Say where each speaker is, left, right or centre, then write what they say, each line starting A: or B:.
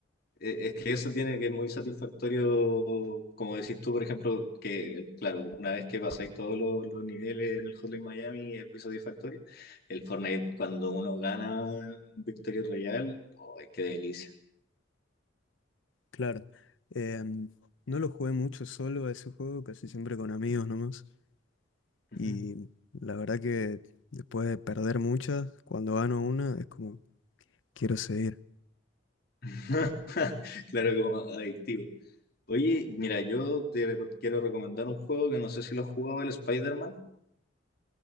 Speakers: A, on the left; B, on the left.
A: e- es que eso tiene que es muy satisfactorio, como decís tú, por ejemplo, que claro, una vez que pasáis todos los, los niveles en el Hotline Miami es muy satisfactorio. El Fortnite, cuando uno gana un Victory Royale, ¡ay, qué delicia!
B: Claro. Em, no lo jugué mucho solo a ese juego, casi siempre con amigos nomás.
A: Ujú.
B: Y la verdad que después de perder muchas, cuando gano una, es como, quiero seguir.
A: <laughs> Claro, como adictivo. Oye, mira, yo te re- quiero recomendar un juego que no sé si lo has jugado, el Spider-Man,